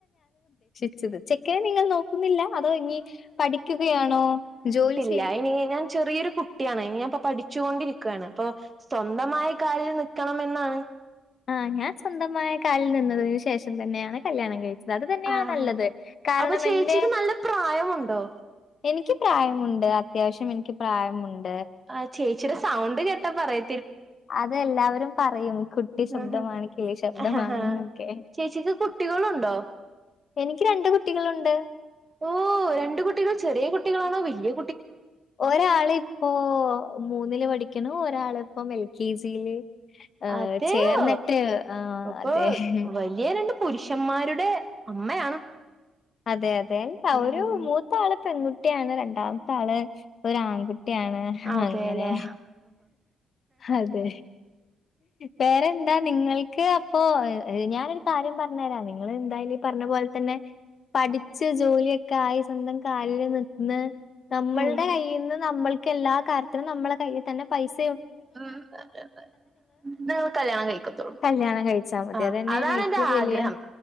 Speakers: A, on the left; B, on the right.
A: ച്ചത് ചെക്കനെ നിങ്ങൾ നോക്കുന്നില്ല അതോ ഇനി പഠിക്കുകയാണോ ജോലി
B: ല്ല
A: ചെ
B: ഇനി ഞാൻ ചെറിയൊരു കുട്ടിയാണ് ഇനിയപ്പോ പഠിച്ചുകൊണ്ടിരിക്കയാണ് അപ്പോ സ്വന്തമായി കാലിൽ നി ക്കണം എന്നാണ്
A: ആ ഞാൻ സ്വന്തമായ കാലിൽ നിന്നതിനു ശേഷം തന്നെയാണ് കല്യാണം കഴി ച്ചത് അത് തന്നെയാണ്
B: ആഹ്
A: നല്ലത് കാരണം
B: അപ്പൊ ചേച്ചിക്ക്
A: എന്റെ
B: നല്ല പ്രായമുണ്ടോ?
A: എനി എനിക്ക് പ്രായമുണ്ട് അത്യാവശ്യം എനിക്ക് പ്രായമുണ്ട്
B: ആ ചേച്ചിടെ സൗണ്ട് കേട്ടാ പറയ
A: അതെല്ലാവരും പറയും കുട്ടി ശബ്ദമാണ്
B: ആഹ്
A: കിളി ശബ്ദമാണെന്നൊക്കെ
B: ആഹ് ചേച്ചിക്ക് കുട്ടികളുണ്ടോ?
A: എനിക്ക് രണ്ട് കുട്ടികളുണ്ട്
B: ഓ രണ്ട് കുട്ടികൾ ചെറിയ കുട്ടികളാണോ വല്ല്യ
A: ഒരാള് ഇപ്പോ മൂന്നില് പഠിക്കണു ഒരാള് ഇപ്പം എൽ കെ ജിയില് ഏഹ്
B: അതെയോ
A: ചേർന്നിട്ട് ആഹ്
B: അപ്പൊ
A: അതെ
B: വലിയ രണ്ട് പുരുഷന്മാരുടെ അമ്മയാണ്
A: അതെ അതെ <unintelligible>
B: ഉം
A: ഒരു
B: ഉം ഉം
A: മൂത്ത ആൾ പെൺകുട്ടിയാണ് രണ്ടാമത്തെ ആള് ഒരു ആൺകു ട്ടിയാണ്
B: അതെല്ലേ
A: അങ്ങനെ അതെ വേറെന്താ നിങ്ങൾക്ക് അപ്പൊ ഞാനൊരു കാര്യം പറഞ്ഞേരാം നിങ്ങള് എന്തായാലും ഈ പറഞ്ഞ പോലെ തന്നെ പഠിച്ച് ജോലിയൊക്കെ ആയി സ്വന്തം കാലിൽ നിന്ന് നമ്മളുടെ
B: ഉം
A: കയ്യ്ന്ന് നമ്മൾ എല്ലാ കാര്യത്തിലും നമ്മുടെ കയ്യിൽ തന്നെ പൈസ
B: <unintelligible> കല്യാണം കഴിക്കത്തുള്ളൂ
A: കല്യാണം കഴിച്ചാ മതി.
B: ആ
A: അതന്നെയാണ്
B: അതാണ്
A: ഏറ്റവും
B: എന്റെ ആഗ്രഹം
A: വലിയ